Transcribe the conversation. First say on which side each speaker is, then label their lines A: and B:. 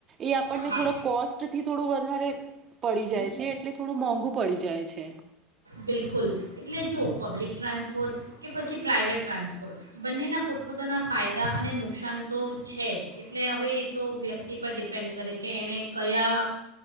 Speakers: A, on the right; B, on the right.
A: એ આપણને
B: હા
A: થોડાક કોસ્ટ થી થોડું વધારે પડી જાય છે, એટલે થોડું મોંઘુ પડી જાય છે.
B: બિલકુલ એટલે જો પબ્લિક ટ્રાન્સપોર્ટ કે પછી પ્રાઇવેટ ટ્રાન્સપોર્ટ બંનેના પોતપોતાના ફાયદા અને નુકસાન તો છે જ એટલે હવે એ તો વ્યક્તિ પર ડિપેન્ડ કરે કે એણે કયા